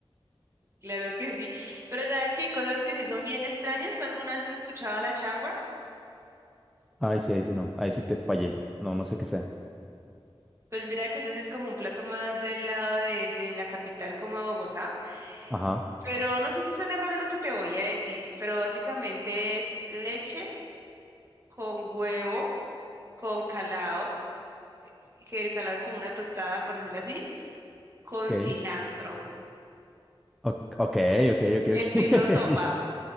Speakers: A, on the right (about 30°); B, in the centre.
A: Claro que sí, pero sabes que hay cosas que sí son bien extrañas. ¿Tú alguna vez has escuchado la changua?
B: Ay, sí, ahí sí no, ahí sí te fallé. No, no sé qué sea.
A: Pues mira que ese sí es como un plato más del lado de, de la capital como Bogotá
B: Ajá,
A: Pero no sé si suena raro lo que te voy a decir, pero básicamente es leche con huevo, con calado, que el calado es como una tostada, por decirlo así, con
B: ok.
A: cilantro,
B: O- ok, ok, ok,
A: estilo
B: ok. <laughs>
A: sopa.